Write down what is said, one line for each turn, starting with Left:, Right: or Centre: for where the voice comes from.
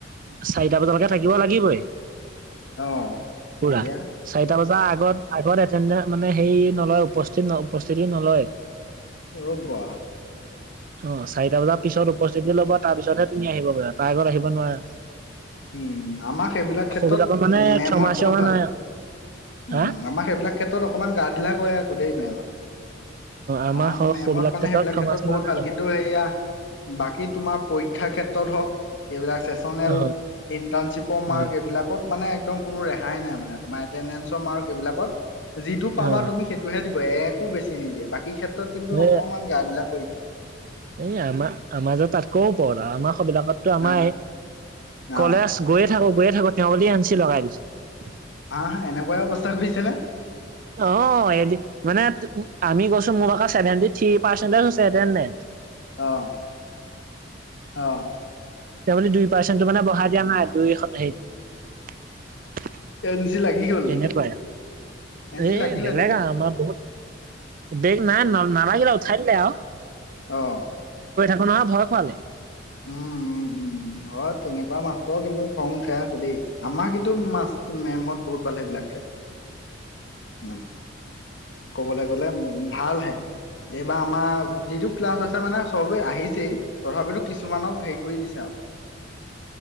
Right: চাৰিটা বজালৈকে থাকিব লাগিবই।
Left: অ
Right: পুৰা
Left: তেতিয়া
Right: চাৰিটা বজাৰ আগত আগত এটেনদে মানে সেই নলয় উপস্থিত ন উপস্থিতি নলয়
Left: ৰবা
Right: অ চাৰিটা বজাৰ পিছত উপস্থিতি ল'বা তাৰ পিছতহে তুমি আহিব পাৰা তাৰ আগত আহিব নোৱাৰা
Left: উম আমাৰ সেইবিলাক ক্ষেত্ৰত
Right: সৌবিলাকত মানে
Left: মেমহত
Right: ক্ষমা চ্যমা
Left: বহুত ভাল
Right: নাই আৰু
Left: উম
Right: হা
Left: আমাৰ সেইবিলাক ক্ষেত্ৰত অকণমান গা ধিলা কৰে আকৌ দেই মেমহতে
Right: আমাৰ
Left: অ মেমহত
Right: সৌবিলাক
Left: মানে সেইবিলাক
Right: ক্ষমা
Left: ক্ষেত্ৰত
Right: চ্যমা
Left: বহুত
Right: নাই।
Left: ভাল কিন্তু সেয়া বাকী তোমাৰ পৰীক্ষা ক্ষেত্ ক্ষেত্ৰত হওক এইবিলাক ছেছনেল
Right: অ
Left: ইন্টানশিপ
Right: অ
Left: মাৰ্ক এইবিলাকত মানে দম কোনো ৰেহাই নাই মানে তোমাৰ এটেনদেনছ্ মাৰ্ক এইবিলাকত যিটো পাবা
Right: অ
Left: সেইটোহে দিব- একো বেছি নিদিয়ে বাকী ক্ষেত্ৰত কিন্তু
Right: এ
Left: অকমান গা ধিলা কৰি দিয়ে।
Right: এই আমাৰ আমাৰ যে তাতকৈও ওপৰত আমাৰ বিলাকত ত আমায়ে
Left: হা
Right: এই
Left: অ
Right: কলেজ গৈ য়ে থাকো গৈয়ে তেওঁ ক তেওঁ বুলি এনছি লগাই দিছে।
Left: হা হা এনেকুৱাই অৱস্থা কৰিছে নে?
Right: অ এ দি মানে আমি গৈছো মোৰ আ চছেভেণ্টি থ্ৰি আছে পাৰ্চেণ্টেজ।
Left: আহ আহ
Right: তেওঁ বুলি দুই পাৰ্চেণ্টটো মানে বঢ়াই দিয়া নাই দুই এখন হেৰিত
Left: এন চি লাগি গ'ল
Right: এনেকুৱাই
Left: তেতিয়া এন চি
Right: এ
Left: লাগিলে
Right: বেলেগ
Left: তেতিয়া
Right: আৰু আমাৰ বহুত বেগ নাই ন নালাগিলে উঠাই দিলে আও
Left: অহ
Right: নুৱা ভয় খুৱালে
Left: উম উ উ উ হয় তেনেকুৱা মাস্তৰ কিন্তু খং উঠে আকৌ দেই আমাৰ কিন্তু মাস্ত মে মাহত বহুত ভালে এবিলাক ক্ষেত্ৰত মানে ক'বলৈ গ'লে ভাল হে এইবাৰ আমাৰ যিটো ক্লাছ হৈছে মানে চবেই আহিছেই তথাপিতো কিছুমানক হেৰি কৰি দিছে আও
Right: <inaudible>